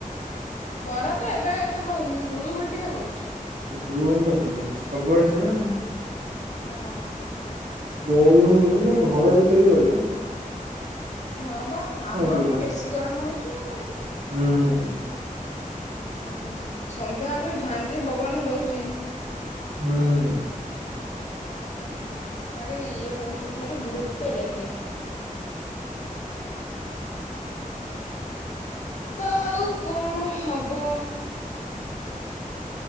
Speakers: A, on the left; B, on the right.
A: ଖରା ତ ଏବେ ଏତେ ହଉନି ଗୁଳୁ ଗୁଳଟିଏ ହଉଛି।
B: ଗୁରୁ ଗମ <unintelligible> ଟା ଅଧିକା ଆଉ ସବୁଆଡେ ସେଇଆ।
A: ହଁ।
B: ରହି ହଉନୋଟେ ଘର ଭିତରେ ବି ରହିପାରିବ।
A: ହଁ ବା ଆମ
B: କରିବ
A: ଏପଟେ ବେଶୀ ଗରମ ହଉଛି ଆଉ।
B: ହୁଁ।
A: ଉଁ ସନ୍ଧ୍ୟାବେଳଳେ ଯୋଉ ଝାଞ୍ଜି ପବନ ଦଉଛି।
B: ହୁଁ ହୁଁ।
A: ହଁ ବା ଆରେ ଇଏ ହଉଛି ଭାରି ବିରକ୍ତ ଲାଗିଲେଇ। ଆଉ କଣ ହବ?